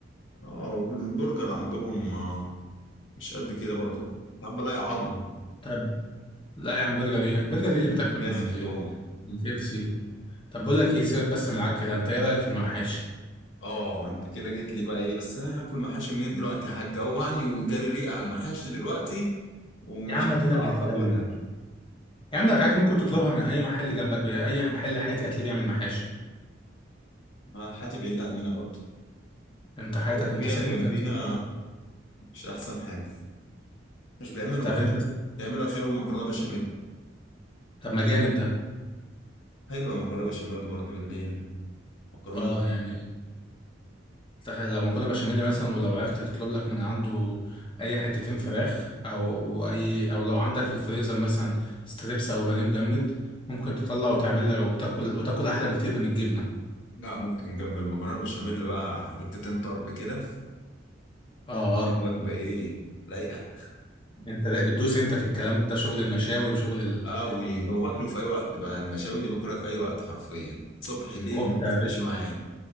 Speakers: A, on the left (about 85°); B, on the left (about 25°).
A: اه البرجر عندهم آه، مش قد كده برضو ساعات بلاقي عظم
B: طب لا يا عم برجر ايه برجر ايه
A: في
B: اللي بتاكله
A: الفراخ
B: من عند
A: عندهم
B: الكي اف سي طب بقول لك ايه سيبك بس من العك ده انت ايه رايك في المحاشي
A: اه انت كده جيت لي بقى ايه بس انا هاكل محاشي منين دلوقتي هتجوعني وجالي ريقه على المحاشي دلوقتي ومش
B: يا عم ادينا
A: هعرف
B: بنتكلم
A: اكلها
B: يا عم عادي ممكن تطلبها من اي محل جنبك اي محل حياتي هتلاقيه بيعمل محاشي
A: آه، حياتي بعيد عننا برضو
B: انت حياتك
A: البلدية
B: انت ساكن
A: اللي جنبينا
B: فين في الصحراء
A: مش احسن حاجه مش بيعملوا
B: طب
A: محاشي
B: انت
A: بيعملوا اخرهم مكرونه بشاميل
B: طب ما جامد ده
A: حلوه المكرونه بشاميل برضو بالليل مكرونه
B: اه
A: بالليل.
B: يعني تخيل لو مكرونه بشاميل مثلا ولو عرفت تطلب لك من عنده اي حتتين فراخ او اي او لو عندك في الفريزر مثلا ستريبس او بانيه مجمد ممكن تطلع وتعمل لك وتاكل وتاكل احلى بكتير من الجبنه
A: لا ممكن جنب المكرونه بشاميل بقى حتتين طرب كده
B: اه
A: الوجبه ايه لايقه
B: انت ده- بتدوس انت في الكلام ده شغل المشاوي وشغل ال-
A: اه وباكله في اي وقت بقى المشاوي دي باكلها في اي وقت حرفيا صبح ليل
B: الكفته
A: ما بتفرقش معايا